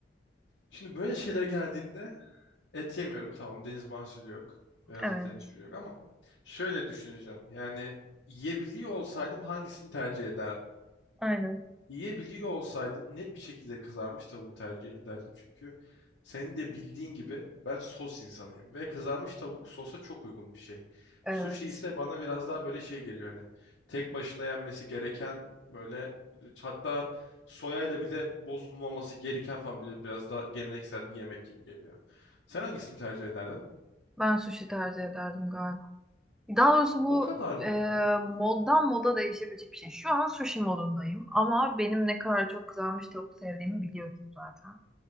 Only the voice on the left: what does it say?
Şimdi böyle şeylere geldiğinde et yemiyorum. Tamam deniz mahsulü yok. Beyaz
etlerin hiçbiri yok ama şöyle düşüneceğim. Yani yiyebiliyor olsaydım hangisini tercih ederdim?
Yiyebiliyor olsaydım net bir şekilde kızarmış tavuğu tercih ederdim. Çünkü senin de bildiğin gibi ben sos insanıyım. Ve kızarmış tavuk sosa çok uygun bir şey.
Sushi ise bana biraz daha böyle şey geliyor hani. Tek başına yenmesi gereken böyle hatta soyayla bile bozulmaması gereken falan böyle biraz daha geleneksel bir yemek gibi geliyor. Sen hangisini tercih ederdin?
O kadar mı
ya?